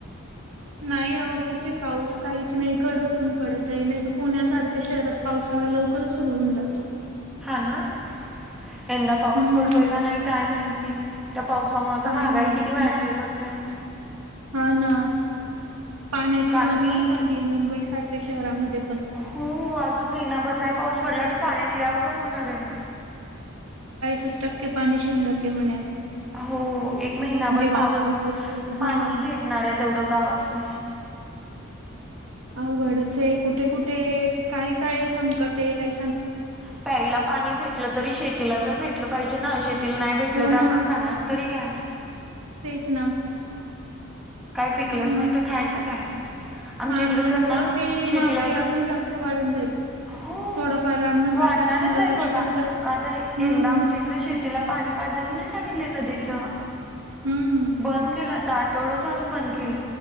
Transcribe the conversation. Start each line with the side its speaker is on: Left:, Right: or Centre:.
Right: नाही आओ कुठे पाऊस, काहीच नाही. कडक ऊन पडत आहे. नाही तर पुण्यासारख्या शहरात पावसाला लव कर सुर होऊन जातो.
Centre: हा ना? यंदा पाऊस
Right: हम्म,
Centre: पडतोय का नाही काय माहिती? त्या पावसामुळे तर
Right: काय
Centre: महागाई
Right: माहिती.
Centre: किती वाढली आहे बघताय ना?
Right: अ ना. पाण्याची
Centre: काल
Right: वणवण
Centre: मी
Right: झालीय मुंबई सारख्या शहरामध्ये पण.
Centre: हो अजून महिनाभर नाही पाऊस पडला तर पाणीच ल अवघड होणार आहे.
Right: त टक्के पाणी शिललं क म्हने
Centre: हो एक महिनाभर
Right: वापरण्या
Centre: पाऊस पाणी
Right: हां.
Centre: भेटणार आहे. तेवढं गावासने.
Right: अवघडच आहे. कुठे कुठे काय काय संकट आहे काय
Centre: प्यायला पाणी भेटलं तरी शेतीला तर भेटलं पाहिजे ना? शेतीला नाही भेटलं
Right: हो
Centre: तर
Right: ना
Centre: आपण णार तरी काय?
Right: तेच ना.
Centre: काय पिकलंच
Right: हम्म
Centre: नाही तर खायचं काय? आमच्या
Right: हा
Centre: इकडे
Right: ना. आणि
Centre: तर
Right: परत ते
Centre: शेतीला
Right: महागाई
Centre: वगैरे
Right: अजून जास्त वाढून जाईल.
Centre: हो.
Right: थोडाफार अन्न
Centre: वाढणारच
Right: साठा शिल्लक
Centre: आहे. बघा
Right: असेल
Centre: का तर, यंदा
Right: हम्म
Centre: आमच्याकडे शेतीला पाणी पाजेच नाही सांग नदीच.
Right: हम्म
Centre: बंद केलं आता आठवड झालं बंद केलं.